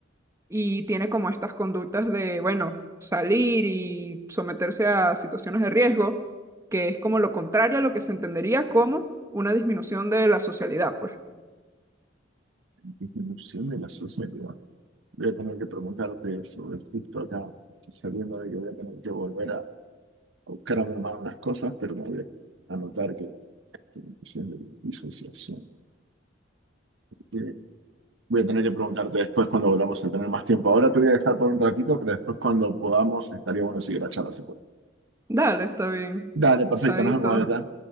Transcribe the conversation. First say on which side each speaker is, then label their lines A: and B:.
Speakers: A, on the right; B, on the right.
A: y tiene como estas conductas de, bueno, salir y someterse a situaciones de riesgo, que es como lo contrario a lo que se entendería como una disminución de la socialidad, pues.
B: disminución de la sociedad. Voy a tener que preguntarte eso, es justo acá, sabiendo de que voy a tener que volver buscar a mi hermano unas cosas, pero me voy a anotar que estoy en presión de disociación. Eh, Voy a tener que preguntarte después cuando volvamos a tener más tiempo. Ahora te voy a dejar por un ratito, pero después cuando podamos estaría bueno seguir la charla si puedes.
A: Dale, está bien.
B: Dale, perfecto,
A: Chaito.
B: nos vemos acá.